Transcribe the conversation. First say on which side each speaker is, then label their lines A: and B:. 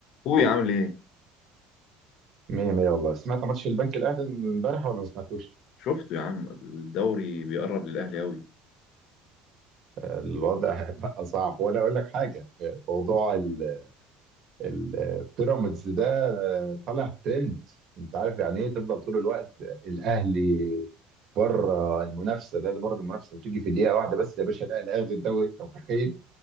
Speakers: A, on the left; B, on the right.
A: هو عامل ايه
B: مية مية والله سمعت ماتش البنك الأهلي امبارح ولا ما سمعتوش؟
A: شفته يا عم الدوري بيقرب للاهلي قوي
B: الوضع <laughs> بقى صعب وأنا أقول لك حاجة موضوع ال- البيراميدز ده طالع ترند أنت عارف يعني إيه تفضل طول الوقت الأهلي بره المنافسة الأهلي بره المنافسة بتيجي في دقيقة واحدة بس يا باشا الأهلي هياخد الدوري أنت متخيل؟